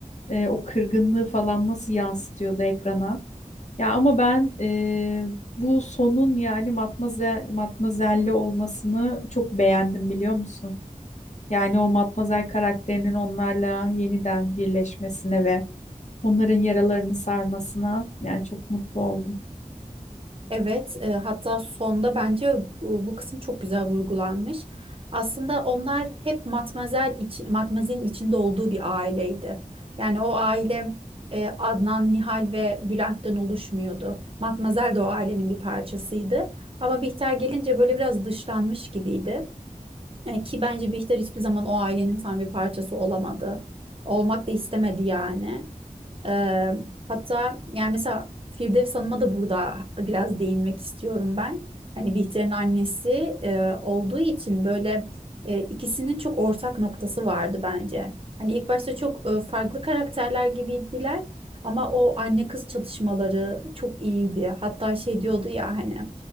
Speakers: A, on the left (about 55°); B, on the right (about 40°).
A: e, o kırgınlığı falan nasıl yansıtıyordu ekrana. Ya ama ben eee, bu sonun yani matmazel, matmazelli olmasını çok beğendim biliyor musun? Yani o matmazel karakterinin onlarla yeniden birleşmesine ve onların yaralarını sarmasına yani çok mutlu oldum.
B: Evet, e, hatta sonda bence e, bu kısım çok güzel vurgulanmış. Aslında onlar hep Matmazel içi, Matmazel'in içinde olduğu bir aileydi. Yani o aile e, Adnan, Nihal ve Bülent'ten oluşmuyordu. Matmazel de o ailenin bir parçasıydı. Ama Bihter gelince böyle biraz dışlanmış gibiydi. E, ki bence Bihter hiçbir zaman o ailenin tam bir parçası olamadı. Olmak da istemedi yani. Ee, hatta yani mesela Firdevs Hanım'a da burada biraz değinmek istiyorum ben. Hani Bihter'in annesi e, olduğu için böyle e, ikisinin çok ortak noktası vardı bence. Hani ilk başta çok e, farklı karakterler gibiydiler ama o anne kız çatışmaları çok iyiydi. Hatta şey diyordu ya hani